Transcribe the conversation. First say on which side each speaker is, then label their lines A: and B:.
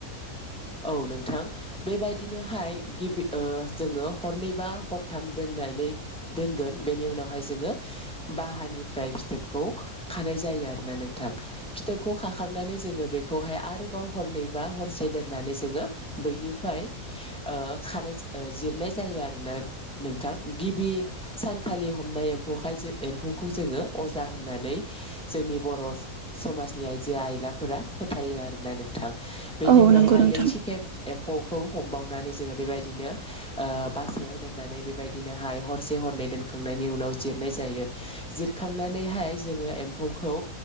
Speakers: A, in the centre; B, on the right.
A: औ नोंथां बेबायदिनोहाय गिबि ओ जोङो हरनै बा हरथाम दोननानै दोनगोन बेनि उनावहाय जोङो बाहानिफ्राय फिथोबखौ खानाय जायो आरोना नोंथां फिथोबखौ खाखांनानै जोङो बेखौहाय आरोबाव हरनैबा हरसे दोननानै जोङो बैनिफ्राय ओ खानाय जिरनाय जायो आरोना नोंथां गिबि सानखालि हमनाय एम्फौखाय एम्फौखौ जोङो अजा होननानै जोंनि बर' समाजनि आइजो आइलाफोरा फोथायो आरोना नोंथां बेनि
B: औ
A: उनावहाय
B: नंगौ नोंथां
A: नैथि खेब एम्फौ खौ हमबावनानै जोङो बेबायदिनो ओ बासायाव दोननानै बेबायदिनोहाय हरसे हरनै दोनखांनायनि उनाव जिरनाय जायो जिरखांनानैहाय जोङो एम्फौखौ